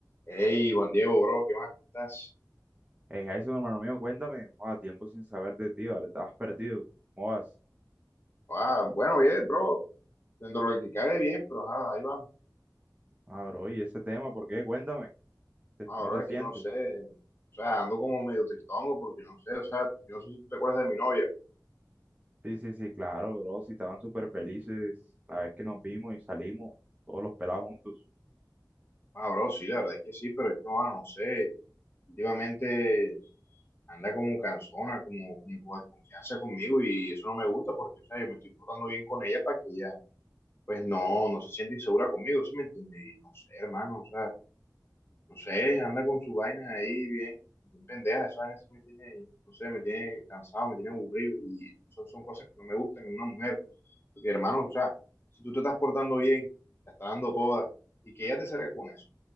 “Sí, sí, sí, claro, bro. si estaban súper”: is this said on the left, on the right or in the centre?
Right